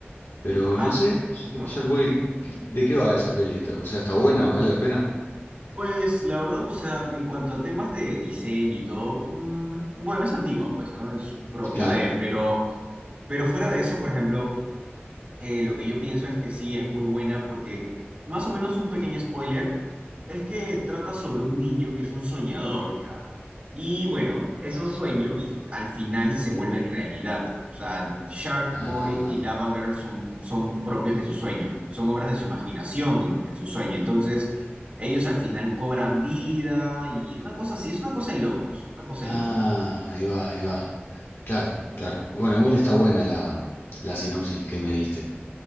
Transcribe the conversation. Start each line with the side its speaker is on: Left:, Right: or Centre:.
Left: Pero
Right: Ah,
Left: no sé,
Right: suma.
Left: ayer voy, ¿qué- ¿de qué va esa peli? ¿Está- O sea, ¿está buena? ¿Vale la pena?
Right: Pues la verdad, o sea, en cuanto a temas de diseño y todo, mm, bueno, es antigua, pues, ¿no? Es propio
Left: Claro.
Right: de, pero, pero fuera de eso, por ejemplo, eh, lo que yo pienso es que sí es muy buena porque, más o menos un pequeño spoiler, es que trata sobre un niño que es un soñador, ¿ya? Y bueno, esos sueños al final se vuelven realidad. O sea, Shark
Left: Ah,
Right: Boy y Lava Girl son, son propios de su sueño, son obras de su imaginación en, en su sueño. Entonces, ellos al final cobran vida y una cosa así, es una cosa de locos, una cosa
Left: ah,
Right: de locos.
Left: ahí va, ahí va. Claro, claro. Bueno, igual está buena la, la sinopsis que me diste.